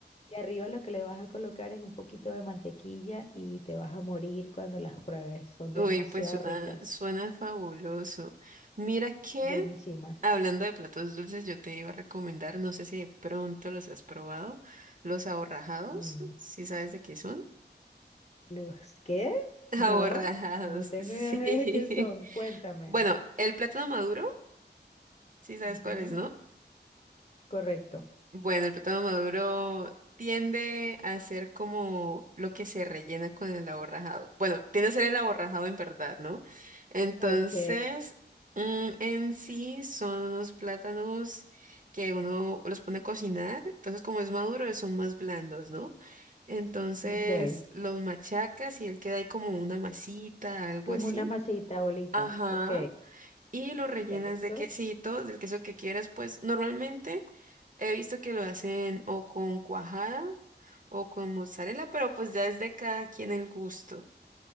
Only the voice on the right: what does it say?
Uy,
pues suena,
suena fabuloso. Mira que,
hablando de platos dulces, yo te iba a recomendar, no sé si de pronto los has probado, los aborrajados,
si sabes de qué son.
<laughs> Aborrajados,
sí.
<laughs>
Bueno, el plátano maduro, si sabes
cuál es, ¿no?
Bueno, el plátano maduro tiende a ser como lo que se rellena con el aborrajado. Bueno, tiende a ser el aborrajado en verdad, ¿no? Entonces,
mm, en sí son unos plátanos que uno los pone a cocinar. Entonces, como es maduro, son más blandos, ¿no? Entonces,
los machacas y él queda ahí como una masita, algo
así.
Ajá
y lo
rellenas de quesito, del queso que quieras, pues normalmente he visto que lo hacen o con cuajada o con mozzarella, pero pues ya es de cada quien el gusto.